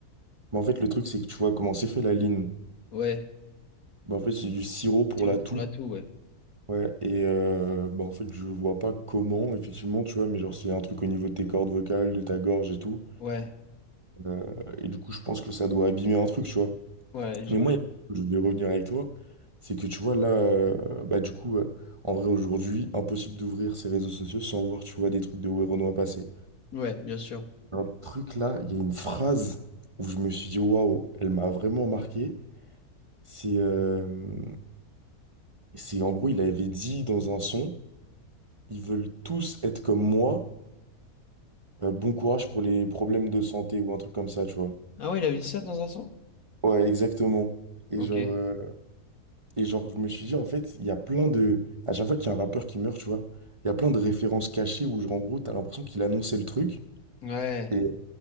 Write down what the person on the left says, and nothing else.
Ouais,
sirop
pour la toux, ouais.
Ouais,
ouais, j'imagine.
Ouais, bien sûr.
Ah ouais, il avait dit ça dans un son?
Ok.
Ouais.